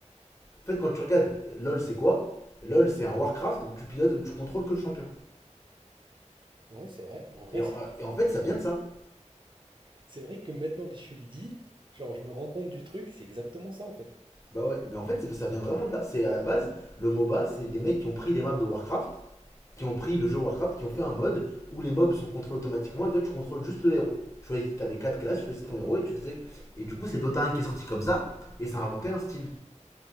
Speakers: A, on the left; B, on the right.
A: En fait, quand tu regardes LoL, c'est quoi LoL, c'est un Warcraft où tu pilotes, où tu contrôles que le champion.
B: Ouais, c'est vrai. En vrai,
A: Et en,
B: c'est
A: et en fait, ça vient de ça.
B: c'est vrai que maintenant que je le dis, genre, je me rends compte du truc, c'est exactement ça en fait.
A: Bah ouais, mais en fait, c'est- ça vient vraiment de là. C'est à la base, le MOBA, c'est des mecs qui ont pris les maps de Warcraft, qui ont pris le jeu Warcraft, qui ont fait un mode où les mobs sont contrôlés automatiquement et toi, tu contrôles juste le héros. Tu choisissais, t'avais 4 classes, tu choisissais ton héros et tu faisais. Et du coup, c'est Dota 1 qui est sorti comme ça et ça a inventé un style.